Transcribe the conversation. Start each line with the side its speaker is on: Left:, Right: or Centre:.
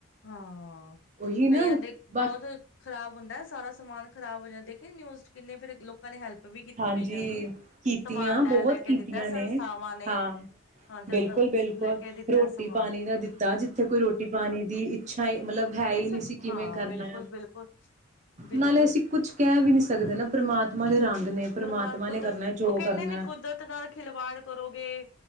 Left: ਹਾਂ,
Right: ਉਹੀ ਨਾ
Left: ਕਇਆ ਦੇ
Right: ਬਾ
Left: ਬਹੁਤ ਖਰਾਬ ਹੁੰਦਾ ਸਾਰਾ ਸਮਾਨ ਖਰਾਬ ਹੋ ਜਾਣਾ ਦੇਖੇ ਨਿਊਜ਼ ਚ ਕਿੰਨੇ ਫੇਰ ਲੋਕਾਂ ਨੇ ਹੈਲਪ ਵੀ ਕੀਤੀ
Right: ਹਾਂਜੀ
Left: ਗਈਆਂ ਦੀ
Right: ਕੀਤੀਆਂ
Left: ਸਮਾਨ
Right: ਬਹੁਤ
Left: ਲੈ-ਲੈ ਕੇ
Right: ਕੀਤੀਆਂ
Left: ਦਿੱਤਾ
Right: ਨੇ
Left: ਸੰਸਥਾਵਾਂ ਨੇ
Right: ਹਾਂ
Left: ਹਾਂ ਜ
Right: ਬਿਲਕੁਲ-ਬਿਲਕੁਲ
Left: ਲੈ ਕੇ ਦਿੱਤਾ
Right: ਰੋਟੀ
Left: ਸਮਾਨ
Right: ਪਾਣੀ ਦਾ ਦਿੱਤਾ ਜਿੱਥੇ ਕੋਈ ਰੋਟੀ ਪਾਣੀ ਦੀ ਇੱਛਾ ਮਤਲਬ ਹੈ ਹੀ
Left: ਇਸ
Right: ਨਹੀਂ ਸੀ ਕਿਵੇਂ
Left: ਹਾਂ
Right: ਕਰਨਾ
Left: ਬਿਲਕੁਲ ਬਿਲਕੁਲ ਬਿਲਕੁਲ
Right: ਨਾਲੇ ਅਸੀਂ ਕੁਛ ਕਹਿ ਵੀ ਨਹੀਂ ਸਕਦੇ ਨਾ ਪਰਮਾਤਮਾ ਦੇ ਰੰਗ ਨੇ ਪਰਮਾਤਮਾ
Left: ਪਰਮਾ ਕੁਦਰਤ
Right: ਨੇ ਕਰਨਾ ਜੋ
Left: ਉਹ ਕਹਿੰਦੇ
Right: ਕਰਨਾ।
Left: ਨੀ ਕੁਦਰਤ ਨਾਲ ਖਿਲਵਾੜ ਕਰੋਗੇ